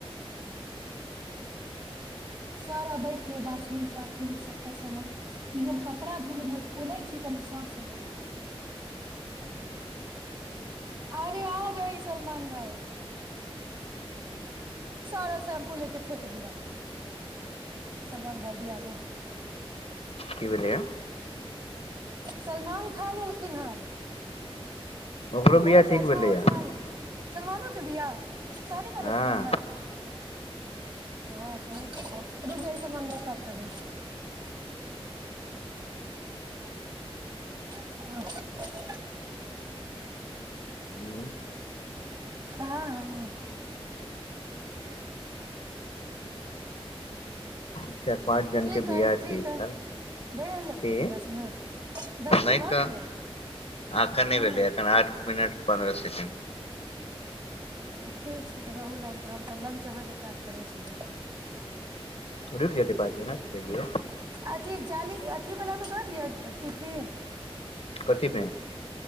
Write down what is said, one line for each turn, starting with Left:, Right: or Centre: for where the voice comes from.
Right: सारा बैठके बाथरूम पर सबटा समान कपड़ा ई हम कपड़ा धोय लेल खोलै छियै हमर सब समान अरे आ गई सलमान भाई सारा शैम्पू लेके फेेक दिया सलमान भाई भी आ गए
Left: क भेलैया
Right: सलमान खान एयलखिन हन
Left: ओकरो बियाह
Right: ओ चश्मा
Left: ठीक भेलैया
Right: उस्मा सलमानो के बिआह शादी करै
Left: हँ
Right: सलमान भाई हँ तऽ रुक जाइ सलमान भाई कर <unintelligible>
Left: हम्म,
Right: हँ हँ
Left: <unintelligible>
Right: ठीक
Left: के
Right: हइ
Left: बियाह
Right: ठीक
Left: छै ई
Right: हइ
Left: साल
Right: भेल
Left: की
Right: दस मिनट
Left: नहि
Right: दस मिनट भऽ
Left: तऽ
Right: गेलै
Left: एखन
Right: नहि
Left: भेलै एखन आठ मिनट पन्द्रह सेकंड
Right: हँ ठीक छै तऽ रहू लाइनपर हम तऽ लंच अहाँके पैक करै छी ज
Left: रूकि जाइत पाँच मिनट कहि दिऔ
Right: अथी जाली अथी वला मे दऽ दि टिफिन
Left: कथीमे